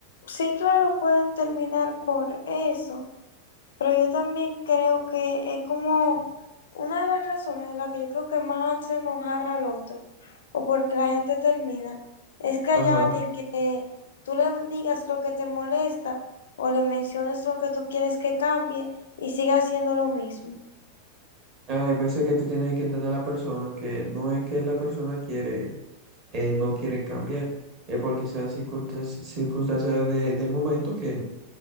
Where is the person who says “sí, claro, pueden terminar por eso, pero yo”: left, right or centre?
Left